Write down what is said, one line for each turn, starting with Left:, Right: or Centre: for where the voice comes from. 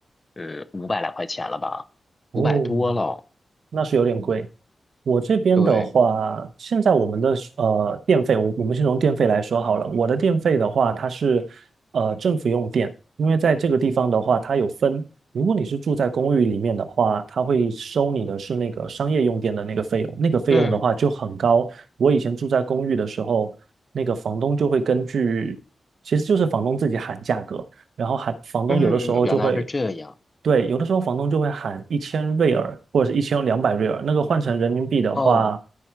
Left: 嗯，五百来块钱了吧？
Right: 哦，
Left: 五百多了。
Right: 那是有点贵。我这边的话，
Left: 对，
Right: 现在我们的呃电费，我我们先从电费来说好了。我的电费的话，它是呃政府用电，因为在这个地方的话，它有分。如果你是住在公寓里面的话，它会收你的是那个商业用电的那个费用，那个费用的话就很高。
Left: 嗯
Right: 我以前住在公寓的时候，那个房东就会根据，其实就是房东自己喊价格。然后喊房东有的时候就会
Left: 嗯，原来是这样。
Right: 对，有的时候房东就会喊一千瑞尔或者是一千两百瑞尔，那个换成人民币的话，
Left: 哦，